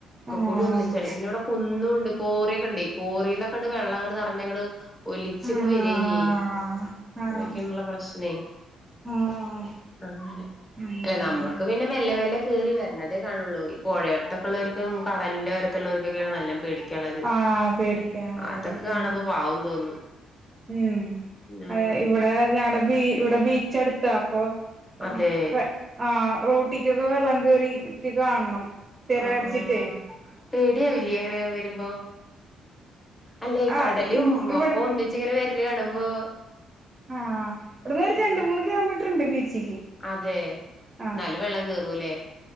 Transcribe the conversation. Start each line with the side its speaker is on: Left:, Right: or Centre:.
Right: ആഹ്
Left: കൂടി ഒന്നിച്ചാണ് പിന്നെ അവിടെ കുന്നുണ്ട് കോറിയൊക്കെ ഉണ്ടേയ് കോറിന്നൊക്കെണ്ട് വെള്ളം അങ്ങ് നെറഞ്ഞങ്ങട് ഒലിച്ച്
Right: ആഹ്
Left: ഇങ്ങട് വരിയ്യെ
Right: ആഹ്
Left: അതൊക്കെയുള്ള പ്രശ്നേ
Right: ആഹ്
Left: അങ്ങനെ
Right: അങ്ങനെല്ലേ
Left: ഞമ്മക്ക് പിന്നെ മെല്ലെ മെല്ലെ കേറി വരണതേ കാണൊള്ളൂ ഈ പ്പോഴേടയത്തെക്കുള്ളൊർക്കും കടലിന്റെറെ ഒരത്തുള്ളർക്കൊക്കെയാണ് നല്ല പേടി ക്യണത്
Right: ആഹ് പേടിക്കാനുള്ളത്
Left: അതൊക്കെ കാണുമ്പോ
Right: ഉം
Left: പാവം തോന്നും
Right: ഉം
Left: ആ
Right: ഇവിടെ ഞങ്ങള്ടെ ബീ ഇവിടെ ബീച്ച് അടുത്ത അപ്പൊ ഉം
Left: അതെ
Right: പെ ആഹ് റോട്ടിക്കൊക്കെ വെള്ളം കേറിട്ടക്കെ കാണണം തിര
Left: ആഹ്
Right: അടിച്ചിട്ടേ
Left: ആഹ് പേടിയാവില്ലേ അങ്ങനെ വരുമ്പോ അല്ലേ
Right: ആ
Left: കടലും
Right: ഇവിടുന്ന്
Left: ഒക്കെ ഒന്നിച്ച് ഇങ്ങനെ വരല് കാണുമ്പോ
Right: ആഹ് ഇവിടന്ന് ഒരു രണ്ട്
Left: ആഹ്
Right: മൂന്ന് കിലോമീറ്റർ ഉണ്ട് ബീച്ചിക്ക്
Left: അതെ
Right: ആ
Left: ന്നാലും വെള്ളം കേറൂലേ